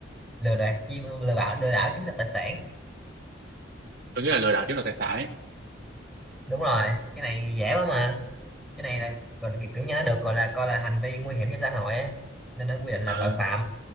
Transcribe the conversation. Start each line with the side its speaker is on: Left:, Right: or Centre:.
Centre: lừa đảo chiếm lừa bảo lừa đảo chiếm đoạt tài sản
Right: tôi nghĩ là lừa đảo chiếm đoạt tài sản ấy
Centre: đúng rồi cái này dễ quá mà cái này là gọi là kiểu như nó được gọi là coi là hành vi nguy hiểm cho xã hội á. nên nó quy định là tội
Right: ừ
Centre: phạm